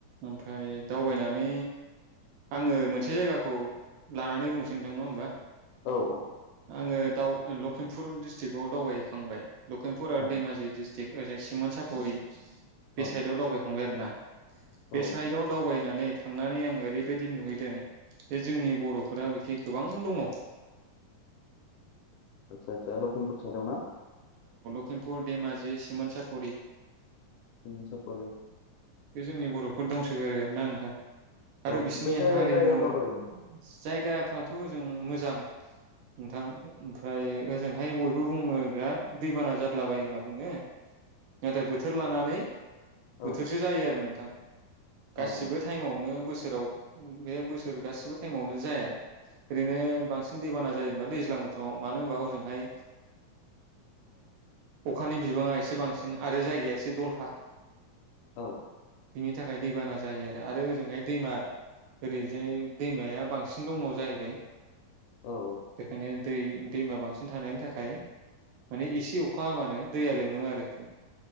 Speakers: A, on the right (about 75°); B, on the left (about 80°).
A: ओमफ्राय दावबायनानै आङो मोनसे जायगाखौ लानानै बुंसै नोंथां नङा होमबा?
B: औ औ
A: आङो दाव लखिमपुर डिस्ट्रिकआव दावबायहैखांबाय। लखिमपुर आरो
B: औ
A: धेमाजि डिस थिक ओजै सिमनसाफुरि बे
B: औ
A: साइदाव दावबायखांबाय आरोना। बे
B: औ
A: साइडआव दावबायनानै थांनानै आं ओरैबायदि नुहैदों जे जोंनि बर'फोरा बिखि गोबां दङ।
B: आच्छा जा लखिमपुर साइदआव ना?
A: <unintelligible> खिमपुर धेमाजि सिमोनसापुरि।
B: सिमानसापरि
A: बे जोंनि बर'फोर दंसोगारो आरो ना नोंथां। आरो
B: औ ओमफ्राय
A: बिसनि
B: जायगा
A: हारिमु
B: जायगाफ्रा बोरै
A: जायगाफ्राथ' जों मोजां। नोंथां ओमफ्राय ओजोंहाय बयबो बुङो बिराद दैबाना जादलाबायो होनना बुङो नाथाय बोथोर लानानै बोथोर।
B: औ
A: जायो आरो नोंथां।
B: औ
A: गासिबो टाइमावनो बोसोराव। बे बोसोर गासिबो टाइमावनो जाया ओरैनो बांसिन दैबाना जायोबा दैज्लां बोथोराव मानो होनबा हजोंहाय अखानि बिबाङा एसे बांसिन आरो जायगाया एसे दलहा।
B: औ।
A: बिनि थाखाय दैबाना जायो आरो आरो ओजोंहाय दैमा ओरैजाय दैमाया बांसिन दङ जाहैबाय
B: औ
A: बेखायनो दै दैमा बांसिन थानायनि थाखाय माने एसे अखा हाबानो दैया लोमो आरो।